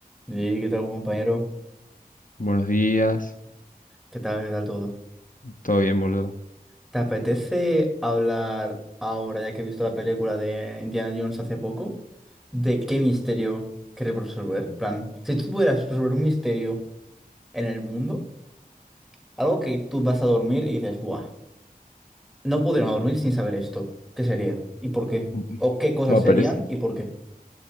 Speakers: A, in the centre; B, on the left.
A: Sí, ¿qué tal, compañero?
B: Buenos días,
A: ¿Qué tal, qué tal todo?
B: todo bien, boludo.
A: ¿Te apetece hablar ahora, ya que he visto la película de Indiana Jones hace poco, de qué misterio queremos resolver? plan, si tú pudieras resolver un misterio en el mundo, algo que tú vas a dormir y dices, ¡buah! No podríamos dormir sin saber esto. ¿Qué sería? ¿Y por qué?
B: Mm, mm.
A: ¿O qué cosas
B: Bueno,
A: serían
B: pero, es-
A: y por qué?